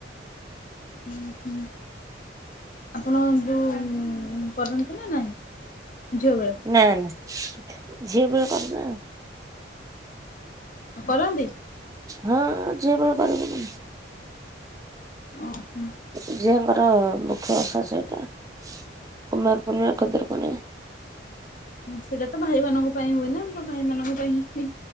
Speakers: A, on the left; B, on the right.
A: ହୁଁ ହୁଁ। ଆପଣ ଯେଉଁ କରନ୍ତି ନା ନାହିଁ? ଝିଅ ବେଳେ
B: ନା ନା ଝିଏ ଭଳିଆ କରନ ଆଉ।
A: କରନ୍ତି?
B: ହଁ ଝବୋରିବ <unintelligible>
A: ଓ ହୋ।
B: ଝିଅଙ୍କର ମୁଖ୍ୟ ଓଷା ସେଇଟା କୁମାର ପୂର୍ଣ୍ଣିମା ଖୁଦୁରୁକୁଣୀ।
A: ସେଇଟା ତ ଭାଇମାନଙ୍କ ପାଇଁ ହୁଏ ନା ଆମର ଭାଇମାନଙ୍କ ପାଇଁ ହିଁ